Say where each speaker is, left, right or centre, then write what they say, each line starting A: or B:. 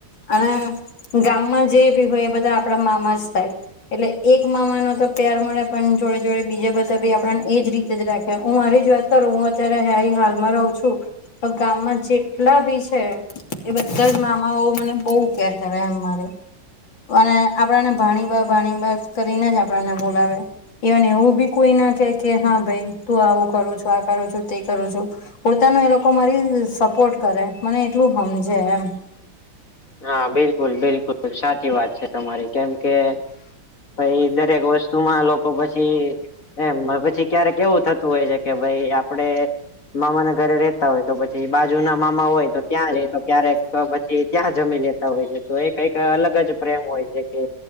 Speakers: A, on the left (about 75°); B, on the left (about 45°).
A: અને ગામમાં જે ભી ભઈ એ બધા આપડા મામા જ થાય. એટલે એક મામા નો તો પ્યાર મળે પન જોડે જોડે બીજે બધા ભી આપન એજ રીતે જ રાખ્યા હું મારી જ વાત કરું હું અત્યારે હેઇ હાલમાં રહું છું. તો ગામમાં જેટલા ભી છે એ બધા જ મામાઓ મને બઉ કેર કરે એમ મારે. અને આપણાને ભાણી બા ભાણી બા કરીને જ આપ તોય ના બોલાવે ઈવન એવું બી કોઈ ના કેય કે હા ભઈ તું આવું કરો છો આ કરું છું તે કરું છું પોતાનો એ લોકો મારી સપોર્ટ કરે મને એટલું હમઝે એમ.
B: હા બિલકુલ બિલકુલ સાચી વાત છે તમારી કેમ કે પઈ દરેક વસ્તુમાં લોકો પછી એમ મ પછી ક્યારેક એવું થતું હોય છે કે ભઈ આપડે મામા ના ઘરે રેતા હોય તો પછી બાજુ ના મામા હોય તો ત્યાં જય તો ક્યારેક ક પ એ ત્યાં જમી લેતા હોય છે તો એ કઈક અલગ જ પ્રેમ હોય. એ કે